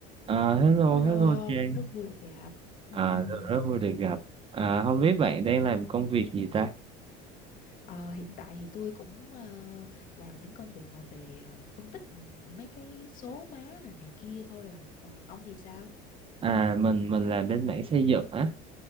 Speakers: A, on the right; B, on the left.
A: À, hello,
B: Hello
A: hello
B: ông,
A: Trang.
B: rất vui được gặp. Ừm,
A: À, rất rất vui được gặp. À, không biết bạn đang làm công việc gì ta?
B: ờ, hiện tại thì tôi cũng ờ, làm những công việc mà về ờ, phân tích mấy cái số má này này kia thôi à. Còn ông thì sao?
A: À, mình mình làm bên mảng xây dựng á.